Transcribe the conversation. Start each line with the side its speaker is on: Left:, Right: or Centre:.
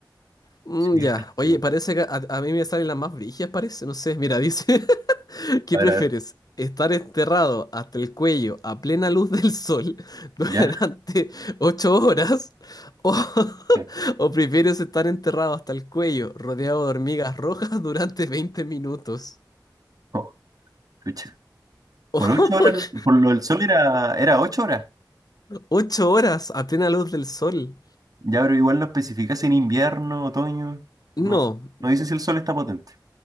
Left: Mm,
Right: Sí,
Left: ya,
Right: esta
Left: oye,
Right: sí.
Left: parece que a, a mí me salen las más brígidas, parece, no sé, mira, dice, <laughs> ¿qué
Right: A
Left: prefieres?
Right: ver, a ver.
Left: ¿Estar enterrado hasta el cuello a plena luz del sol <laughs> durante
Right: ¿Ya?
Left: ocho horas? ¿O, <laughs>
Right: Sí.
Left: o prefieres estar enterrado hasta el cuello rodeado de hormigas rojas durante 20 minutos?
Right: Oh, chucha.
Left: <laughs>
Right: Por ocho horas, por lo del sol era, era ocho horas.
Left: ¿Ocho horas a plena luz del sol?
Right: Ya, pero igual lo especificas en invierno, otoño.
Left: No,
Right: No, no dice si el sol está potente.